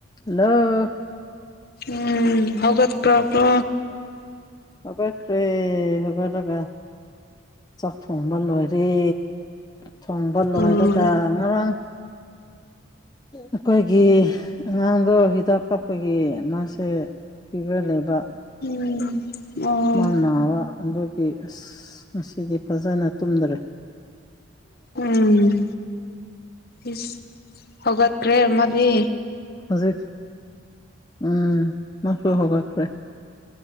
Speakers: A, on the left; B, on the left.
A: Hello.
B: ꯎꯝ ꯍꯒꯠ ꯄꯥꯔꯕꯣ꯫
A: ꯍꯧꯒꯠ ꯈ꯭ꯔꯦ ꯍꯧꯒꯠꯂꯒ ꯆꯥꯛ ꯊꯣꯡꯕ ꯂꯣꯏꯔꯦ ꯊꯣꯡꯕ ꯂꯣꯏꯔꯒ
B: ꯎꯝ
A: ꯉꯔꯥꯡ ꯑꯩꯈꯣꯏꯒꯤ ꯑꯉꯥꯡꯗꯣ ꯍꯤꯗꯥꯛ ꯀꯥꯞꯄꯒꯤ ꯃꯥꯁꯦ ꯐꯤꯕꯔ ꯂꯩꯕ꯫
B: ꯎꯝ ꯑꯣ
A: ꯃꯥ ꯅꯥꯕ ꯑꯗꯨꯒꯤ ꯑꯁ ꯉꯁꯤꯗꯤ ꯐꯖꯅ ꯇꯨꯝꯗꯔꯦ
B: ꯎꯝ ꯏꯁ ꯍꯧꯒꯠꯈ꯭ꯔꯦ ꯑꯃꯗꯤ
A: ꯍꯧꯖꯤꯛ ꯎꯝ ꯃꯁꯨ ꯍꯧꯒꯠꯈ꯭ꯔꯦ